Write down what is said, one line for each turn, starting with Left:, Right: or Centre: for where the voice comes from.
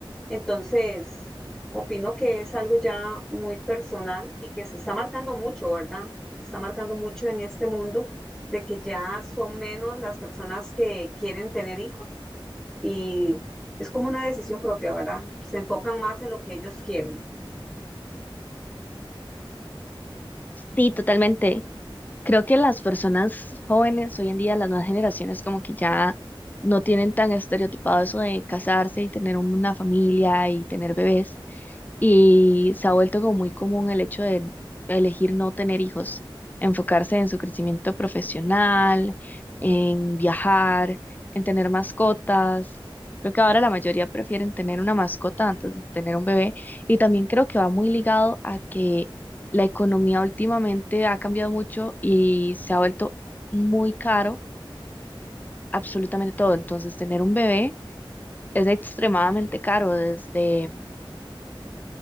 Centre: entonces, opino que es algo ya muy personal y que se está marcando mucho, ¿verdad? Se está marcando mucho en este mundo de que ya son menos las personas que quieren tener hijos y es como una decisión propia, ¿verdad? Se enfocan más en lo que ellos quieren.
Left: Sí, totalmente. Creo que las personas jóvenes hoy en día, las nuevas generaciones, como que ya no tienen tan estereotipado eso de casarse y tener una familia y tener bebés. Y se ha vuelto como muy común el hecho de elegir no tener hijos, enfocarse en su crecimiento profesional, en viajar, en tener mascotas. Creo que ahora la mayoría prefieren tener una mascota antes de tener un bebé. Y también creo que va muy ligado a que la economía últimamente ha cambiado mucho y se ha vuelto muy caro absolutamente todo. Entonces, tener un bebé es extremadamente caro, desde